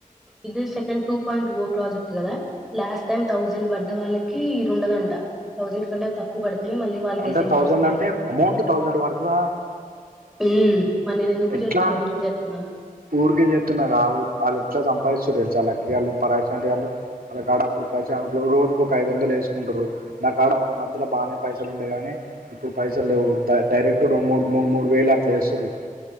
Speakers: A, in the centre; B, on the right (about 85°).
A: ఇది సెకండ్ టూ పాయింట్ ఓ ప్రాజెక్ట్ కదా లాస్ట్ టైమ్ థౌజండ్ పడ్డ వాళ్ళకి ఇది ఉండదంట తౌసండ్ కంటే తక్కువ పడుతేనే మళ్ళీ వాళ్ళకి
B: అంటే
A: అసైన్
B: థౌజండ్
A: చేస్తారు
B: అంటే
A: ఇది
B: అమౌంట్ థౌజండ్ పడుతుందా
A: ఉమ్ మ ఎందుకు
B: ఎట్లా
A: చేతున్నా ఊరికే చేస్తున్నానా
B: ఊరికే చేస్తున్నా కాదు ఆళ్ళు ఎట్లా సంపాదిస్తుర్రు తెలుసా లక్కీ గాళ్ళు పరా వాళ్ళ కాడ అప్పుడు పైసలు రోజుకు ఒక ఐదు వందలు వేసుకుంటారు నా కాడ అప్పుడు మధ్యలో బాగానే పైసలు ఉండేగాని ఇప్పుడు పైసలు లేవు డైరెక్ట్ రెండు మూడు మూడు మూడు వేలు అట్లా వేస్తారు